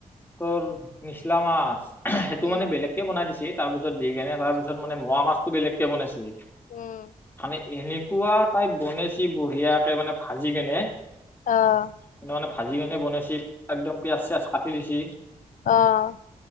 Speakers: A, on the left; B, on the left.
A: তোৰ নিচলা মাছ। সেইটো
B: উম
A: মানে বেলেগকৈ বনাই দিছে তাৰপিছত দি কিনে তাৰপিছত মানে মৰা মাছটো বেলেগকৈ বনাইছে।
B: উম
A: মানে এনেকুৱা তাই বনাইছি বঢ়িয়াকে মানে ভাজি কেনে
B: আহ
A: সানে ভাজি কেনে বনাইছ একদম পিয়ঁয়াজ চিয়াজ কাটি দিচি।
B: অ'।